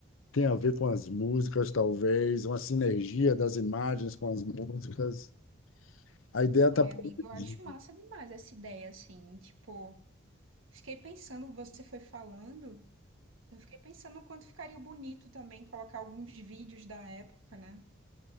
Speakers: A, on the left; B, on the right.
A: Tem a ver com as músicas, talvez, uma sinergia das imagens com as músicas. A ideia está
B: Ai,
A: produzida.
B: amigo, eu acho massa demais essa ideia, assim. Tipo, fiquei pensando, você foi falando, eu fiquei pensando o quanto ficaria bonito também colocar alguns vídeos da época, né?